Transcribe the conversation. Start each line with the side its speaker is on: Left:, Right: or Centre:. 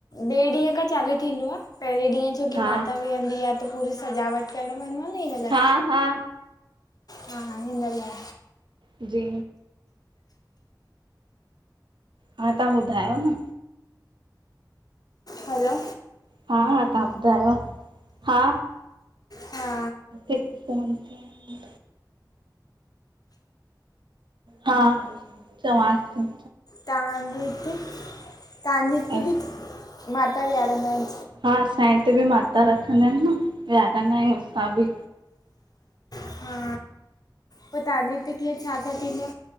Left: ॿे ॾीह खां चालू थींदो आ, पहेरें ॾीहं छोकी
Right: हा
Left: माता वेहंदी आह त पूरी सजावट करण वनवो आ नी इंन लाय
Right: हां-हां
Left: हा! हिंन लाए।
Right: जी हा तां बुधायो न
Left: ह़लो
Right: हा-हा तहां बुधायो हा
Left: हा
Right: फ़ोन क़्याई। हा, चवांस थी।
Left: तहांजे हिते, तहांजे
Right: चवांसि
Left: हिते बि माता विहारंदा आहिन?
Right: हा असांजे हिते बि माता रखंदा आहिन न, विहारींदा आहियूं असां बि।
Left: हा, पोइ तहांजे हिते कीअं छा- छा थींदो आ?